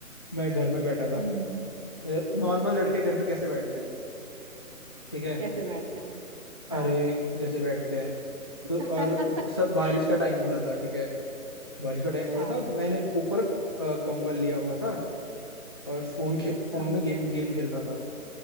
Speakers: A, on the left; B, on the right.
A: मैं घर में बैठा था
B: हम्म
A: मतलब नॉर्मल लड़के घर पे कैसे बैठते हैं ठीक है
B: कैसे बैठते हैं
A: अरे
B: हाँ
A: जैसे बैठते हैं
B: <laughs>
A: तो और सब बारिश का टाइम हो रहा था ठीक है बारिश का टाइम हो
B: हाँ
A: रहा था मैंने ऊपर अ, कंबल लिया हुआ था और फोन खे, फोन
B: हाँ
A: में गेम गेम खेल रहा था